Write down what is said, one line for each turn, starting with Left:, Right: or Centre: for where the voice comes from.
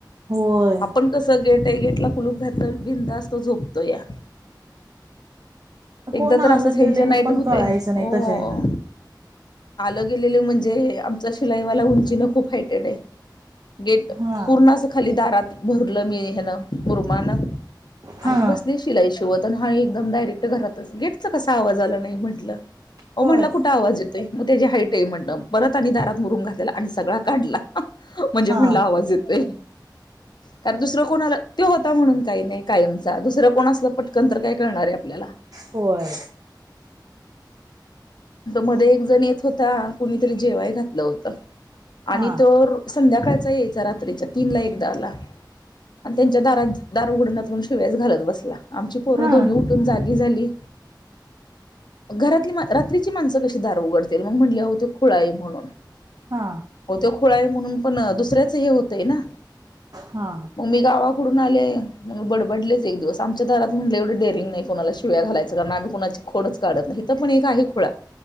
Right: होय
Left: आपण कस गेट टैगेटला कुलूप घात बिंदास्त झोपतो या एकदा
Right: कोण आलं
Left: तर असं हच्या
Right: गेलेलं
Left: नाईट
Right: पण
Left: म
Right: कळायचं नाही
Left: हो
Right: तशा हेन
Left: आलं गेलेलं म्हणजे आमचं शिलाईवाला उंची नक खूप हटेड गट
Right: हा
Left: पूर्ण खाली दारात भरलं मी न
Right: हा
Left: आणि बसले शिलाई शिवत आणि हा एकदम डायरेक्ट घरातच गेटचा कसा आवाज आला नाही म्हटलं अ
Right: होय
Left: म्हटलं कुठं आवाज येतोय मग त्याची हाईट आहे म्हण परत आणि दारात मुरून घातलेला आणि सगळा काढला म्हणजे
Right: हा
Left: म्हणला आवाज येतोय कारण दुसरं कोण तो होता म्हणून काही नाही कायमचा दुसरं कोण असलं पटकन तर काय करळणार आहे आपल्याला
Right: होय
Left: मध्ये एक जण येत होता कुणीतरी जेवाय घातलं होत आणि
Right: हा
Left: तो संध्याकाळचा यायचा रात्रीच्या तीन ला एकदा ला आणि त्यांच्या दारात दार उघडण्यात शिवायस घालत बसला आमची पोरं
Right: हा
Left: दोन्ही उठून जागी झाली घरातली रात्रीची माणसं कशी दधार उघडतील मग म्हटल्या होत खुळाई म्हणून
Right: हा
Left: अहो तो म्हणून पण दुसऱ्याच हे होतय ना
Right: हा
Left: मग मी गावा डून आले मग बडबडलेच एक दिवस आमच्या घरात म्हटले एवढे डेरिंग नाही कोणाला शिव्या घालायचं कारण आम्ही कोणा खोडच काढत नाही तर पण एक आहे खु